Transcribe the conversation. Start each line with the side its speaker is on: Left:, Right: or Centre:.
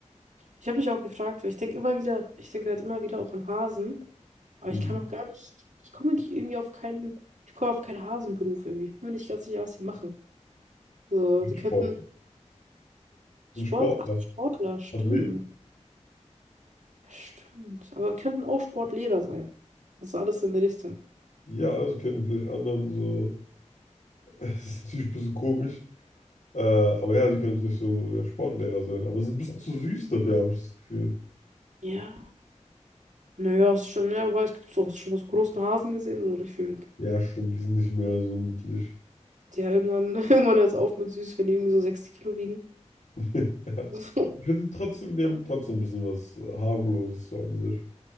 Right: Ich habe mich auch gefragt, weil ich denke immer wieder, ich denke halt immer wieder auch an Hasen, aber
Left: Mhm.
Right: ich kann auch gar nicht, ich komme nicht irgendwie auf keinen, ich komme auf keinen Hasenberuf irgendwie. Ich bin mir nicht ganz sicher, was die machen. So,
Left: Sind
Right: die könnten
Left: Sport.
Right: Sport,
Left: Sind Sportler.
Right: ach, Sportler, stimmt.
Left: Athleten.
Right: Ja, Stimmt. Aber könnten auch Sportlehrer sein. Also alles in der Richtung.
Left: Ja, sie könnten vielleicht anderen so. <laughs> Das ist natürlich ein bisschen komisch. Äh, aber ja, die können vielleicht so ja, Sportlehrer sein. Aber sie sind ein bisschen zu süß dafür, habe ich das Gefühl.
Right: Ja, Naja, ist schon, ja, wobei es gibt so, hast du schon mal so großen Hasen gesehen, so gefühlt.
Left: Ja, stimmt, die sind nicht mehr so niedlich.
Right: Die ja irgendwann, <laughs> irgendwann hört es auf mit süß, wenn die irgendwie so sechzig Kilo wiegen.
Left: <laughs> Ja.
Right: <laughs>
Left: Ich finde die trotzdem, die haben trotzdem ein bisschen was äh, harmloses so an sich.